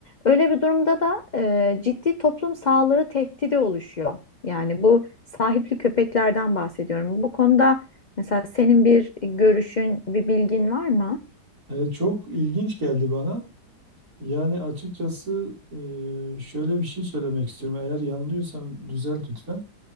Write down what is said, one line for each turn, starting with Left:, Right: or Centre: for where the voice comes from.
Left: Öyle bir durumda da e, ciddi toplum sağlığı tehdidi oluşuyor. Yani bu sahipli köpeklerden bahsediyorum. Bu konuda mesela senin bir görüşün, bir bilgin var mı?
Right: Evet çok ilginç geldi bana. Yani açıkçası e, şöyle bir şey söylemek istiyorum. Eğer yanılıyorsam düzelt lütfen.